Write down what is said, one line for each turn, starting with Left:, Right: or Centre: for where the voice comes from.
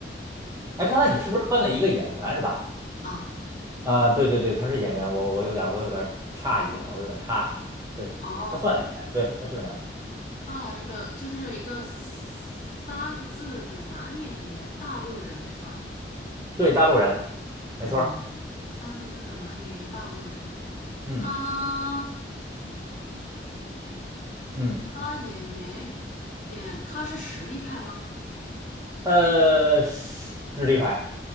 Left: 又不是个
Right: 哎，刚才你是不是问了一个演员是吧？
Left: 啊
Right: 啊、对对对，他是演员，我我有点我有点诧异了，我有点差了。对，
Left: 哦。
Right: 他算演员，对，他是演员，
Left: 啊，是个就是一个三个字的男演员，大陆人是吧？
Right: 对，大陆人，没错儿。
Left: 嗯，三个字的男演员，大陆人。
Right: 嗯
Left: 他
Right: 嗯，
Left: 他演员演他是实力派吗？
Right: 呃，实力派，